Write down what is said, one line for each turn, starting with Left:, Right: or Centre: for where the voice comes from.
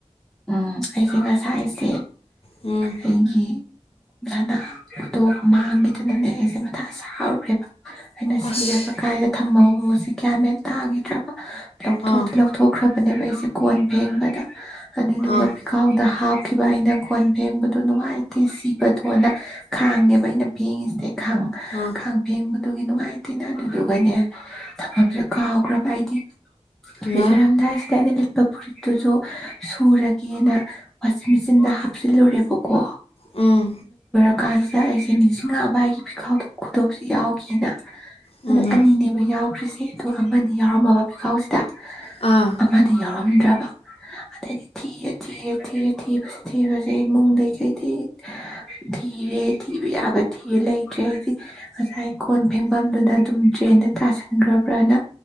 Centre: ꯎꯝ ꯑꯩꯁꯦ ꯃꯁꯥꯁꯦ
Left: ꯎꯝ
Centre: ꯑꯩꯒꯤ ꯭ꯂꯅꯥ ꯀꯗ ꯃꯥꯪꯒꯤꯇ ꯅꯁꯦ ꯁꯔꯨꯔꯦꯕ ꯍꯥꯏꯅ
Left: ꯑꯁ
Centre: ꯁꯤꯔꯒ ꯀꯥꯏꯗ ꯊꯝꯃꯒ ꯃꯣꯁꯦ ꯀꯌꯥꯝ ꯃꯦꯟ ꯇꯥꯈꯤꯗ꯭ꯔꯕ ꯂꯧꯊꯣꯛꯇꯤ
Left: ꯑꯥ
Centre: ꯂꯧꯊꯣꯛꯈ꯭ꯔꯥ ꯅꯦꯕ ꯑꯩꯁꯦ ꯀꯣꯟ ꯐꯦꯡꯕꯗ ꯑꯅꯤꯗꯨꯒ
Left: ꯑꯥ
Centre: ꯄꯤꯈꯥꯎꯗ ꯍꯥꯞ ꯇꯈꯤꯕ ꯑꯩꯅ ꯒꯣꯟ ꯐꯦꯡꯕꯗꯨ ꯅꯨꯡꯉꯥꯏꯇꯦ ꯁꯤ ꯇꯣꯟꯅ ꯈꯥꯡꯅꯦꯕ ꯑꯩꯅ ꯐꯦꯡꯉꯤꯁꯦ ꯈꯥꯡ
Left: ꯑꯥ
Centre: ꯈꯥꯡ ꯐꯦꯡꯕ ꯑꯗꯨꯒꯤ ꯅꯨꯡꯉꯥꯏꯇꯦꯅ ꯑꯗꯨꯗꯨꯒꯅꯦ ꯊꯝꯐꯝꯁꯦ ꯀꯥꯎꯈ꯭ꯔꯕ ꯑꯩꯗꯤ
Left: ꯏꯃꯥ
Centre: ꯔꯤꯖꯣꯔꯥꯝꯗ ꯁꯤꯗꯗ ꯑꯠꯄ ꯐꯨꯔꯤꯠꯇꯨꯁꯨ ꯁꯨꯔꯒꯦꯅ ꯋꯥꯁꯤꯡ ꯃꯦꯆꯤꯟꯗ ꯍꯥꯞꯆꯤꯜꯂꯨꯔꯦꯕꯀꯣ
Left: ꯎꯝ
Centre: ꯀꯥꯟꯁꯤꯗ ꯑꯩꯁꯦ ꯅꯤꯡꯁꯤꯡꯉꯛꯑꯕ ꯑꯩꯒꯤ ꯐꯤꯈꯥꯎꯗ ꯈꯨꯗꯣꯞꯁꯦ ꯌꯥꯎꯒꯦꯅ
Left: ꯏꯃꯥ
Centre: ꯑꯣ ꯑꯅꯤꯅꯦꯕ ꯌꯥꯎ ꯈ꯭ꯔꯤꯁꯤ ꯑꯗꯨ ꯑꯃꯗꯤ ꯌꯥꯎꯔꯝꯃꯕ ꯄꯤꯈꯥꯎꯁꯤꯡ
Left: ꯑꯥ
Centre: ꯑꯃꯗꯤ ꯌꯥꯎꯔꯛ ꯉꯝꯗ꯭ꯔꯕ ꯑꯗꯩꯗꯤ ꯊꯤꯌꯦ ꯊꯤꯌꯦ ꯊꯤꯔꯦ ꯊꯤꯕꯁꯦ ꯊꯤꯕꯁꯦ ꯏꯃꯨꯡꯗ ꯀꯩꯗꯤ ꯊꯤꯔꯦ ꯊꯤꯕ ꯌꯥꯕ ꯊꯤꯔꯦ ꯂꯩꯇ꯭ꯔꯦ ꯍꯥꯏꯗꯤ ꯉꯁꯥꯏ ꯀꯣꯟ ꯐꯦꯡꯐꯝꯗꯨꯗ ꯑꯗꯨꯝ ꯇ꯭ꯔꯦꯟꯗ ꯇꯥꯁꯟꯈ꯭ꯔꯕ꯭ꯔꯅ